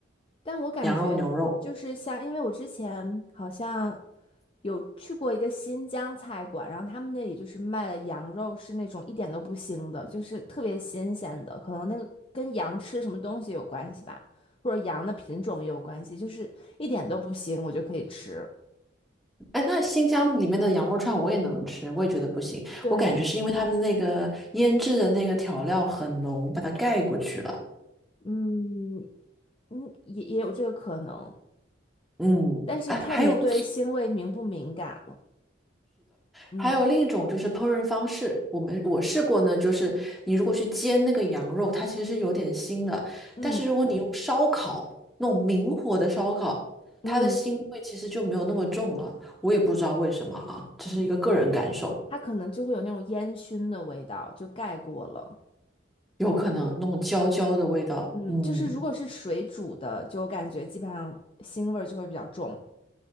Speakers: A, on the left; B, in the centre.
A: 但我感觉就是像，
B: 羊肉、牛肉。
A: 因为我之前好像有去过一个新疆菜馆，然后他们那里就是卖的羊肉是那种一点都不腥的，就是特别新鲜的，可能那个跟羊吃什么东西有关系吧，或者羊的品种也有关系，就是一点都不腥，我就可以吃。
B: 哎，那新疆里面的羊肉串我也能吃，我也觉得不行。
A: 对，
B: 我感觉是因为他们的那个腌制的那个调料很浓，把它盖过去了。
A: 嗯嗯，也也有这个可能，
B: 嗯，
A: 但是看你对腥味敏不敏感了。
B: 哎，还有
A: 嗯
B: 还有另一种就是烹饪方式，我们我试过呢，就是你如果去煎那个羊肉，它其实是有点腥的，
A: 嗯
B: 但是如果你用烧烤，那种明火的烧烤，
A: 嗯，
B: 它的腥味其实就没有那么重了。我也不知道为什么啊，这是一个个人感受，
A: 明它可能就会有那种烟熏的味道，就盖过了。
B: 有可能那种焦焦的味道，
A: 嗯，
B: 嗯，
A: 就是如果是水煮的，就我感觉基本上腥味儿就会比较重。